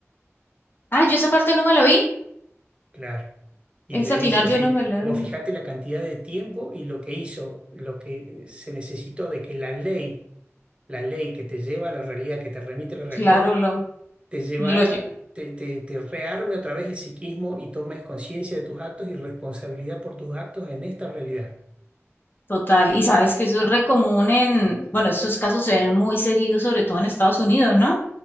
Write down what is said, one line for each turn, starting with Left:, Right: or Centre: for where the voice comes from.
Left: Ah, yo esa parte no me la vi.
Right: Claro. Y
Left: Esa
Right: le dice,
Left: final
Right: sí,
Left: yo no me la
Right: vos
Left: vi.
Right: fijate la cantidad de tiempo y lo que hizo, lo que se necesitó de que la ley, la ley que te lleva a la realidad, que te remite a la realidad,
Left: Claro, lo,
Right: te llevara,
Left: lo oye.
Right: te, te, te rearme otra vez el psiquismo y tomes conciencia de tus actos y responsabilidad por tus actos en esta realidad,
Left: Total. Y sabes que eso es re común en, bueno, esos casos se ven muy seguidos, sobre todo en Estados Unidos, ¿no?